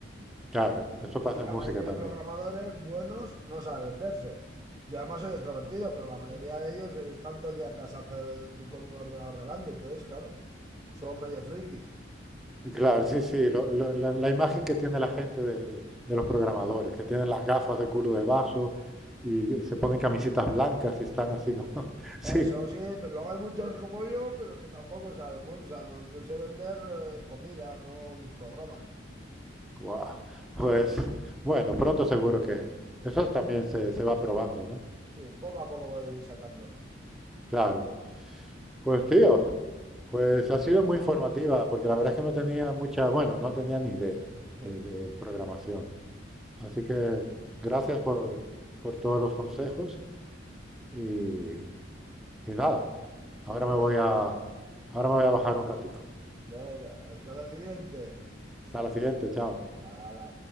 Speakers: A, in the centre; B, on the right (about 20°).
A: Claro, eso pasa
B: Y la
A: en música
B: mayoría
A: también.
B: de programadores buenos no saben venderse. Yo además soy extrovertido, pero la mayoría de ellos están todo el día en casa hacer- con un ordenador delante, entonces, claro, son medio frikis.
A: Claro, sí, sí, lo- lo- la, la imagen que tiene la gente de, de- de los programadores, que tienen las gafas de culo de vaso y eh, se ponen camisetas blancas y están así como, <laughs> sí,
B: Eso sí, pero luego hay muchos como yo, pero que tampoco sabemos. O sea, no- yo sé vender eh, comida, no mis programas.
A: guau. Pues bueno, pronto seguro que eso
B: Sí,
A: también se, se va probando, ¿no?
B: sí, poco a poco voy sacando.
A: Claro. Pues tío, pues ha sido muy informativa, porque la verdad es que no tenía mucha, bueno, no tenía ni idea
B: <laughs>
A: de, de programación. Así que gracias por, por todos los consejos Y, y nada,
B: Pues
A: ahora me
B: eso.
A: voy a, ahora me voy a bajar un ratico.
B: Venga, hasta la siguiente.
A: Hasta la siguiente, chao.
B: Hala.